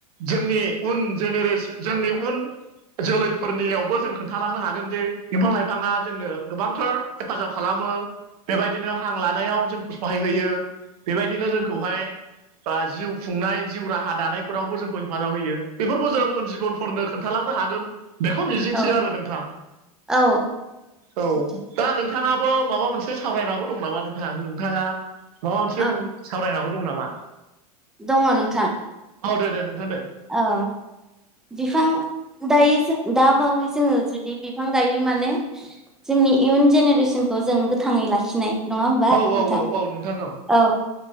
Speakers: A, on the right; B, in the centre.
A: जोंनि उन जेनेरेसन जोंनि उन जोलैफोरनियावबो जों खोन्थालांनो हागोन दि बिंफां लाइफाङा जोंनो गोबांथार हेफाजाब खालामो बेबायदिनो हां लानायाव जोंखौ सहाय होयो बेबायदिनो जोंखौहाय बा जिउ खुंनाय जिउ राहा दानायफोरावबो जोंखौ हेफाजाब होयो बेफोरखौ जों उन जिबन फोरनो खोन्थालांनो हागोन बेखौ मिजिंथियो
B: औ
A: आरो नोंथां
B: औ
A: औ
B: सैथो
A: दा नोंथाङाबो माबा मोनसे सावरायनांगौ दं नामा नोंथां नोंथाङा माबा मोनसे
B: औ
A: सावरायनांगौ दं नामा
B: दङ नोंथां
A: औ दे दे नोंथां दे
B: औ बिफां दायो जों दा बावै जोङो जुदि बिफां गायो माने जोंनि इयुन जेनेरेसनखौ जों गोथाङै लाखिनाय नङा होमबा
A: औ
B: नोंथां
A: औ औ औ नोंथां
B: औ